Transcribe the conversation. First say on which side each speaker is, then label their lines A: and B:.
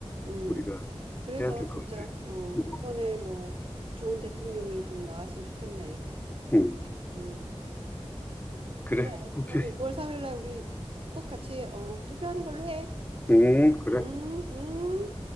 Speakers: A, on the right; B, on the left.
A: 음.
B: 우리가
A: 그래서
B: 해야 될
A: 진짜
B: 것 같아.
A: 어
B: 음,
A: 이번에 뭐 좋은 대통령이 좀 나왔으면 좋겠네.
B: 음.
A: 음
B: 그래,
A: 그래.
B: 오케이.
A: 그러면 6월 3일 날 우리 꼭 같이 어 투표하는 걸로 해.
B: 음, 그래.
A: 음 음.